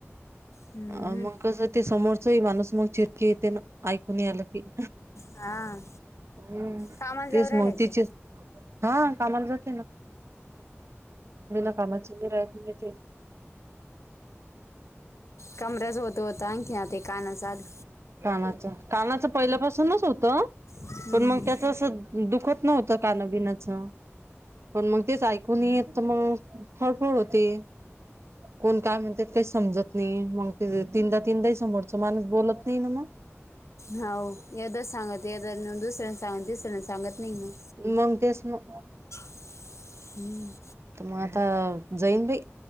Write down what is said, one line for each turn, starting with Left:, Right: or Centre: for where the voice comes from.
Left: हम्म,
Right: अ,
Left: हम्म.
Right: मग कसं ते, समोरचही माणूस मग चिडकी येते ना, ऐकू नाय आलं की?
Left: हां
Right: हंम,
Left: कामाला
Right: तेच
Left: जाऊ राहिला
Right: मग तिचे
Left: ते
Right: हा कामाला जाते ना, बीनाकामाची निरायत घेते
Left: कमरेचा होत होता आणखी आता हे कानाचं आलं
Right: कानाचं - कानाचं पहिल्यापासूनच होतं,
Left: हम्म.
Right: पण मग त्यात तसं, दुखत नव्हतं, काना बिनाचं पण मग, तेच ऐकू नाय येत त म, फळफळ होती. कोण काय म्हणत काही समजत नाहिये, मग ते तीनदा तीनदाही समोरचं माणूस बोलत नाही ना म
Left: हाऊ, एकदाच सांगते एदा दुसऱ्यांन सांगत तिसऱ्यांदा सांगत नाहीये
Right: मंग, तेच ना
Left: हम्म
Right: त म आता जाईन बाई,